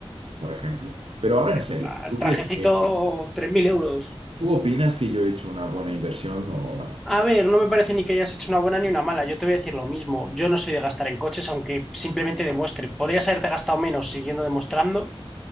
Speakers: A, on the right; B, in the centre.
A: por ejemplo. Pero ahora en serio,
B: O sea, el
A: ¿tú
B: trajecito,
A: crees que...
B: 3.000 euros.
A: ¿Tú opinas que yo he hecho una buena inversión o no?
B: A ver, no me parece ni que hayas hecho una buena ni una mala. Yo te voy a decir lo mismo. Yo no soy de gastar en coches, aunque simplemente demuestre. Podrías haberte gastado menos siguiendo demostrando.